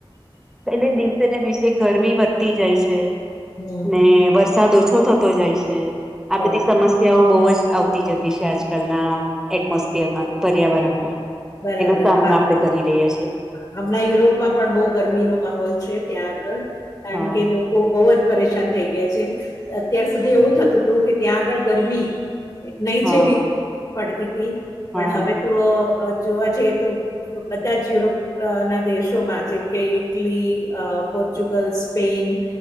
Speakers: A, in the centre; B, on the left.
A: એટલે દિવસે ને દિવસે ગરમી વધતી જાય છે. છે
B: હમ
A: ને વરસાદ ઓછો થતો જાય છે આ
B: બરાબર
A: બધી સમસ સ્યાઓ બહુ જ આવતી જતી છે આજકાલના એટમોસ્ફિયરમાં પર્યાવરણમાં.
B: બરાબર
A: એનો સામનો
B: હા.
A: આપણે કરી રહ્યા છે
B: હમણાં યુરોપમાં પણ બહુ ગરમીનો માહોલ છે ત્યાં આગળ કારણ
A: હા
B: કે લોક કો બહુ જ પરેશાન થઈ ગયા છે અત્યાર સુધી એવું થતું હતું કે ત્યાં આગળ ગરમી નહી
A: હા
B: જેવી પડતી તી
A: હા
B: પણ હવે તો અ જોવા જઈએ તો બધા જ યુરોપ અ ના દેશોમાં જેમ કે ઈટલી, અ પોર્ચુગલ્સ, સ્પેન